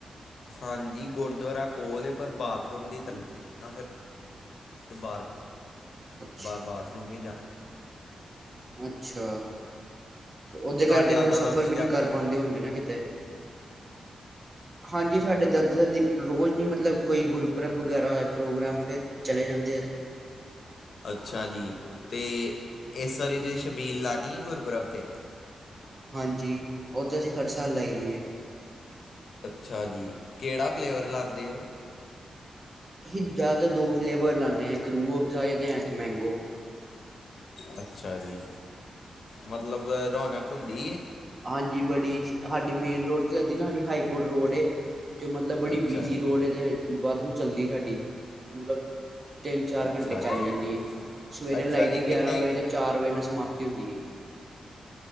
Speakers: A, on the left (about 70°); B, on the right (about 40°).
A: ਹਾਂਜੀ ਗੁਰਦੁਆਰਾ ਕੋਲ ਪਰ ਬਾਥਰੂਮ ਦੀ ਤੰਗੀ ਨਾ ਫਿਰ ਬਾਰ
B: ਅੱਛਾ
A: ਬਾਹਰ ਬਾਥਰੂਮ ਵੀ ਜਾਣਾ
B: ਅੱਛਾ। ਉਦੇ ਕਰਕੇ
A: ਤੁਹਾਡੇ ਦਾਦਾ
B: ਫਿਰ ਓ ਸਫ਼ਰ
A: ਦਾਦੀ
B: ਵੀ
A: ਜਾਂਦੇ
B: ਨੀ ਕਰ ਪਾਉਂਦੇ
A: ਆ
B: ਹੋਣਗੇ ਨਾ ਕਿਤੇ। ਹਾਂਜੀ ਸਾਡੇ ਦਾਦਾ ਦਾਦੀ ਰੋਜ਼ ਨੀ ਮਤਲਬ ਕੋਈ ਗੁਰਪੁਰਬ ਵਗੈਰਾ ਪ੍ਰੋਗਰਾਮ ਫਿਰ ਚਲੇ ਜਾਂਦੇ ਐ
A: ਅੱਛਾ ਜੀ ਤੇ ਇਸ ਵਾਰੀ ਤੁਸੀ ਛਬੀਲ ਲਾਣੀ ਐ ਗੁਰਪੁਰਬ 'ਤੇ
B: ਹਾਂਜੀ ਓ ਤਾਂ ਅਸੀਂ ਹਰ ਸਾਲ ਲਾਈ ਦੀਐ
A: ਅੱਛਾ ਜੀ ਕਿਹੜਾ ਫਲੇਵਰ ਲਾਂਦੇ ਓ
B: ਅਸੀ ਜਾ ਤਾਂ ਦੋ ਫਲੇਵਰ ਲਾਨੇ ਆ ਇੱਕ ਰੂਹ ਅਫਜ਼ਾ ਤੇ ਇੱਕ ਮੈਂਗੋ।
A: ਅੱਛਾ ਜੀ ਮਤਲਬ ਰੌਣਕ ਹੁੰਦੀ ਏ
B: ਹਾਂਜੀ ਬੜੀ ਸਾਡੀ ਮੇਨ ਰੋਡ ਤੇ ਨਾ ਸਾਡੀ ਹਾਈ ਕੋਰਟ ਰੋਡ ਏ ਤੇ ਮਤਲਬ ਬੜੀ
A: ਅੱਛਾ
B: ਬਿਜ਼ੀ
A: ਜੀ
B: ਰੋਡ ਜੇ ਵਾਧੂ ਚੱਲਦੀ ਸਾਡੀ ਮਤਲਬ ਤਿੰਨ ਚਾਰ
A: ਅੱਛਾ
B: ਘੰਟੇ ਚੱਲ
A: ਜੀ
B: ਜਾਂਦੀ ਐ ਸਵੇਰੇ
A: ਅੱਛਾ
B: ਲਾਈ
A: ਜੀ
B: ਦੀ ਗਿਆਰਾਂ
A: ਕਿੰਨੇ
B: ਵਜੇ ਚਾਰ ਵਜੇ ਨਾਲ ਸਮਾਪਤੀ ਹੁੰਦੀ ਏ।